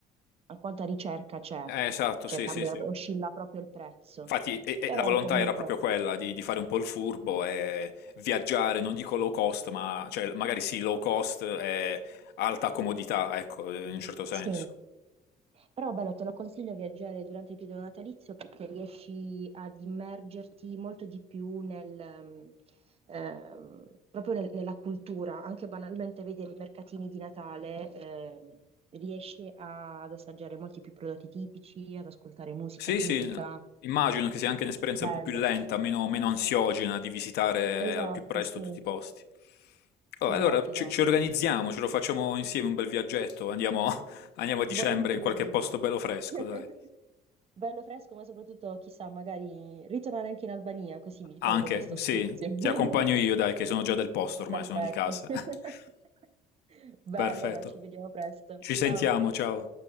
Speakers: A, on the right; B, on the left.
A: a quanta ricerca c'è,
B: Eh, esatto,
A: cioè
B: sì,
A: cambia,
B: sì, sì.
A: oscilla proprio il prezzo.
B: Infatti, e- e
A: Però
B: la volontà
A: comunque
B: era proprio quella di, di fare un po' il furbo e viaggiare, non dico low cost, ma cioè, magari sì, low cost e alta comodità, ecco, in un certo senso.
A: sì. Però bello, te lo consiglio viaggiare durante il periodo natalizio perché riesci ad immergerti molto di più nel, ehm, ehm, proprio nel- nella cultura, anche banalmente vedere i mercatini di Natale, ehm, riesci a- ad assaggiare molti più prodotti tipici, ad ascoltare musica
B: Sì,
A: tipica.
B: sì, immagino che sia anche un'esperienza
A: Bello,
B: un po' più lenta, meno, meno ansiogena di visitare
A: esatto,
B: al più presto
A: sì,
B: tutti i posti. Oh,
A: esatto,
B: allora, ci,
A: esatto.
B: ci organizziamo, ce lo facciamo insieme un bel viaggetto, andiamo, <laughs> andiamo a dicembre
A: Volentieri.
B: in qualche posto bello fresco,
A: <laughs>
B: dai.
A: Bello fresco, ma soprattutto, chissà, magari ritornare anche in Albania, così mi tolgo
B: Anche,
A: questo
B: sì,
A: stizio. <laughs>
B: ti accompagno io, dai, che sono già del posto ormai,
A: Perfetto.
B: sono di casa.
A: <laughs>
B: <laughs>
A: Beh,
B: Perfetto.
A: allora ci vediamo presto.
B: Ci sentiamo,
A: Ciao.
B: ciao.